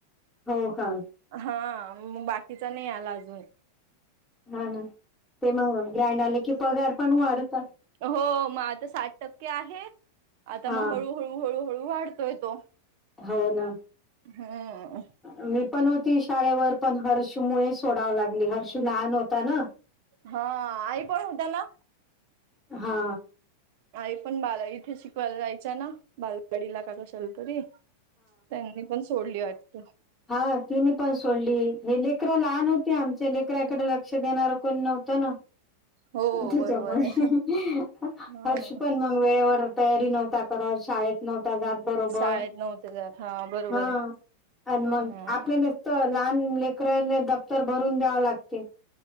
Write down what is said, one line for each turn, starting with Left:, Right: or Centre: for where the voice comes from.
Centre: हो का?
Right: हा म बाकीचा नाही, आला अजून
Centre: हा ना ते मग ग्रँड आले की पगार पण वाढतात.
Right: हो मग आता साठ टक्के आह, आता
Centre: हा
Right: मग हळूहळू हळूहळू वाढतोय तो.
Centre: हो ना
Right: हम्म.
Centre: मी पण होती, शाळेवर पण हर्षू मुड सोडाव लागली, हर्षू लहान होता ना.
Right: हा आई पण होता ना.
Centre: हा
Right: आई पण बाल वाड़ी इथे शिकवायला, जायचं ना बालवाडीला का कसल तरी. त्यांनी पण सोडली वाट.
Centre: हा तीनी पण सोडली हे लेकरं लहान होते, आमच्या लेकराकडे. लक्ष देणारं, कोण नव्हतं ना.
Right: हो
Centre: त्याच्यामुळे
Right: बरोबर आहे. हा.
Centre: हर्ष पण म वेळेवर तयारी, नव्हता कर शाळेत. नव्हता जात बरोबर
Right: शाळेत नव्हते जात बरोबर
Centre: हा.
Right: आहे.
Centre: आणि मग
Right: हम्म
Centre: आपल्याला तर लहान लेकरराने, दफ्तर भरून द्यावं लागते.